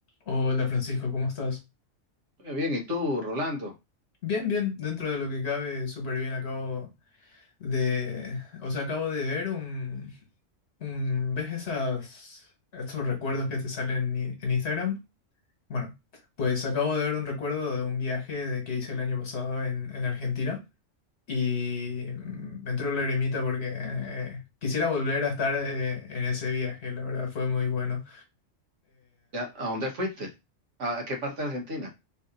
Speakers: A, on the left (about 55°); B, on the right (about 70°).
A: Hola Francisco, ¿cómo estás?
B: Muy bien, ¿y tú, Rolando?
A: Bien, bien, dentro de lo que cabe, súper bien. Acabo de, o sea, acabo de ver un, un, ¿ves esas, estos recuerdos que te salen en, i- en Instagram? Bueno, pues acabo de ver un recuerdo de un viaje de que hice el año pasado en, en Argentina y mm, me entró la lagrimita porque eh, quisiera volver a estar eh, en ese viaje, la verdad, fue muy bueno.
B: ¿Ya- ¿A dónde fuiste? ¿A, a qué parte de Argentina?